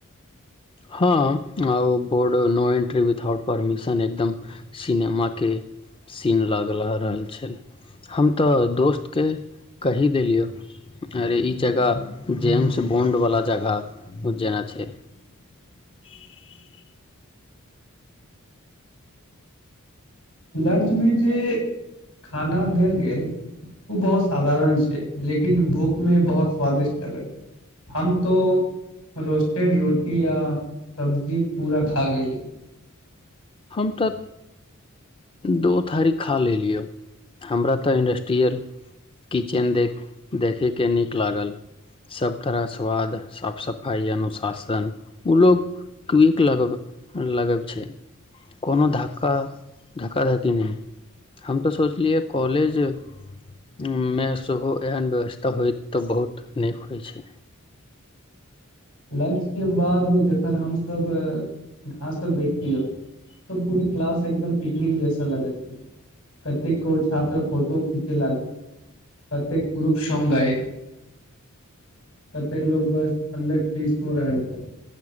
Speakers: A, on the left (about 25°); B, on the left (about 70°).
A: हाम आउ board no entry without. Permission एकदम सिनेमाके सीन लगला रहल छल हम तऽ दोस्तके कहि देलियै। अरे ई जगह जेम्स बोंड वला जगह। उज्जैना छै। ह
B: लंच मे जे खाना देल गेल ओ बहुत साधारण छै लेकिन भूख मे बहुत स्वादिष्ट लगल हम तो रोस्टेड रोटी या सब्जी पूरा खा गेली।
A: हम तऽ दो थारी खा लेलियऽ हमरा तऽ इंडस्ट्रियल किचेन देख देखैके नीक लागल सब तरह स्वाद साफ सफाइ अनुशासन ओ लोग किक लग लगैत छै। कोनो धक्का धक्काधक्की नहि हम तऽ सोचलियै कॉलेजमे सेहो एहन व्यवस्था होइत तऽ बहुत नीक होइ छै।
B: लंच के बाद जखन हमस घास पर बैठलिय तऽ पूरी क्लास एकदम पिकनिक जैसे लागल छै कतेक गो छात्र फोटो खींचे लागल कतेक ग्रुप सॉग आय कतेक लोग बस अन्दर फीस हो रहल छै।